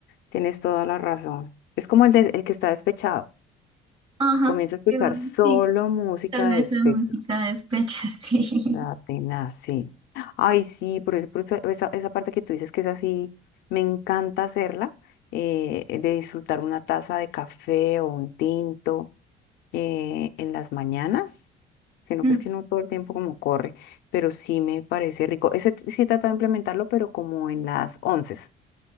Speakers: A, on the left; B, on the right.
A: tienes toda la razón. Es como el, de- el que está despechado.
B: Ajá.
A: Comienza a escuchar
B: Yo,
A: solo
B: sí,
A: música
B: solo
A: de
B: esa
A: despecho.
B: música de despecho, <laughs> sí.
A: La tenaz, sí. Ay, sí, por, eso- por eso- esa, esa parte que tú dices que es así, me encanta hacerla, eh, eh, de disfrutar una taza de café o un tinto eh, en las mañanas, sino
B: Mm,
A: que es que no todo el tiempo como corre, pero sí me parece rico. Ese t- sí he tratado de implementarlo, pero como en las once